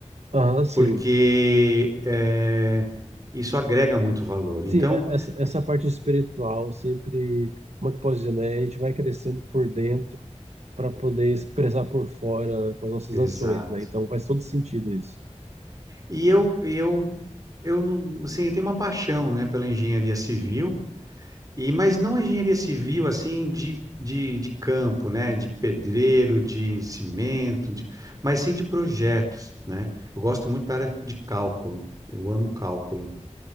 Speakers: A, on the right; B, on the right.
A: Aham, sim.
B: porque eh, isso agrega muito valor.
A: Sim,
B: Então,
A: é- essa, essa parte espiritual sempre, como é que eu posso dizer, né? A gente vai crescendo por dentro para poder expressar por fora com as nossas
B: exato.
A: ações, né? Então faz todo sentido isso.
B: E eu, eu, eu, não- assim, eu tenho uma paixão, né, pela engenharia civil, e mas não a engenharia civil assim de, de, de campo, né, de pedreiro, de cimento, de, mas sim de projetos, né? Eu gosto muito da área de cálculo. Eu amo cálculo.